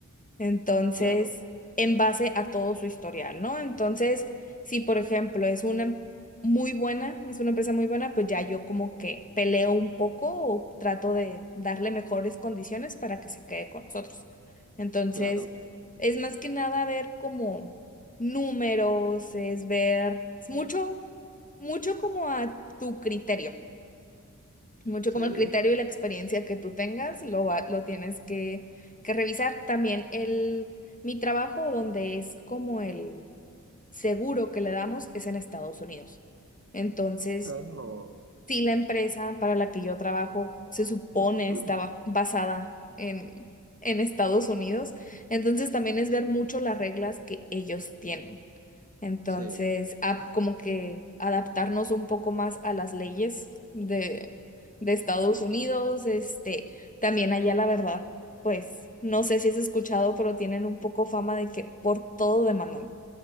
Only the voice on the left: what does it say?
Entonces,
en base a todo su historial, ¿no? Entonces, si por ejemplo es una muy buena, es una empresa muy buena, pues ya yo como que peleo un poco o trato de darle mejores condiciones para que se quede con nosotros. Entonces,
es más que nada ver como números, es ver, es mucho, mucho como a tu criterio. Mucho
como el criterio y la experiencia que tú tengas, lo, va- lo tienes que, que revisar. También el, mi trabajo, donde es como el seguro que le damos, es en Estados Unidos. Entonces,
Sí, la empresa para la que yo trabajo se supone
estaba basada en, en Estados Unidos, entonces también es ver mucho las reglas que ellos tienen. Entonces,
a- como que adaptarnos un poco más a las leyes de, de Estados Unidos, este, también allá la verdad, pues no sé si has escuchado, pero tienen un poco fama de que por todo demandan